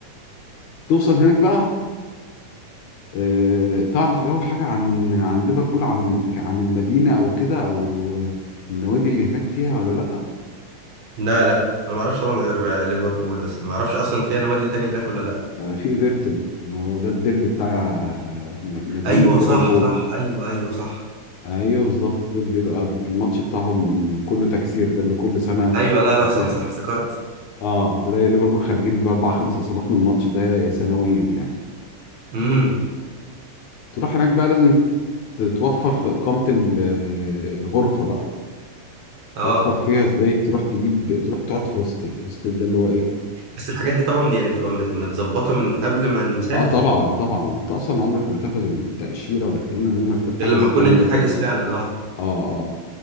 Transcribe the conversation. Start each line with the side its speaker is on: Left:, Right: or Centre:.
Left: توصل هناك بقى آه، تعرف الأول حاجة عن عن ليفربول عن عن المدينة أو كده أو آه، النوادي اللي هناك فيها ولا لأ؟
Right: لا لا انا ما اعرفش طبعا غير آه، ليفربول بس ما اعرفش اصلا فيها نوادي تاني هناك ولا لا
Left: آه، في ايفرتون هو ده الديربي بتاع آه، م- مدينة
Right: ايوه
Left: ليفربول
Right: صح صح ايوه ايوه صح
Left: أيوه بالظبط دول بيبقى الماتش بتاعهم كله تكسير ده اللي كل سنة
Right: ايوه لا لا
Left: بتلاقي
Right: صح صح افتكرت
Left: اه تلاقي ليفربول خارجين بأربع خمس إصابات من الماتش ده سنويا يعني
Right: امم
Left: تروح هناك بقى لازم تتوفر في إقامة ال- آه، الغرفة بقى
Right: اه
Left: توفر فيها ازاي تروح تجيب تروح تقعد في هوستل الهوستل ده اللي هو ايه
Right: بس الحاجات دي طبعا يعني بتبقى م- متظبطه من قبل ما نسافر
Left: اه طبعا طبعا انت اصلا عمرك ما هتاخد التاشيره ولا الكلام ده من غير ما تكون حاجز
Right: غير لما
Left: الكلام
Right: تكون انت
Left: ده
Right: حاجز
Left: كله
Right: فعلا اه
Left: اه